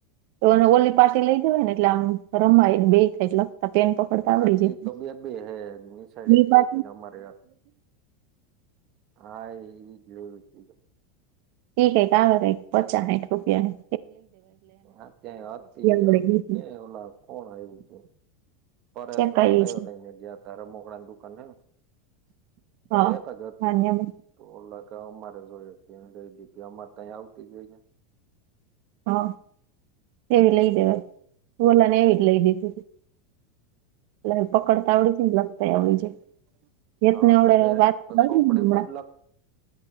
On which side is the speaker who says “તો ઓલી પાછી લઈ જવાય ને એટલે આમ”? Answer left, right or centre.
Right